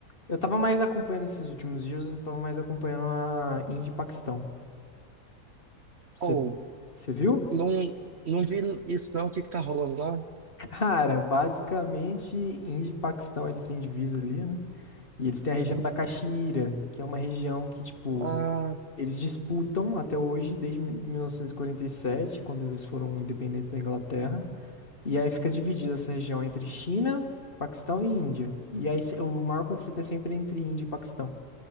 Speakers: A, on the left (about 35°); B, on the right (about 50°).
A: Eu tava mais acompanhando esses últimos dias, eu tava mais acompanhando a Índia e Paquistão. Você
B: Ou,
A: você viu?
B: não, não vi isso não, o que que tá rolando lá?
A: <laughs> Cara, basicamente, Índia e Paquistão, eles têm divisa ali, né? E eles têm a região
B: Uhum.
A: da Caxemira, que é uma região que, tipo,
B: Ah,
A: eles disputam até hoje, desde mil- 1947, quando eles foram independentes da Inglaterra. E aí fica dividida essa região entre China, Paquistão e Índia. E aí se- o maior conflito é sempre entre Índia e Paquistão.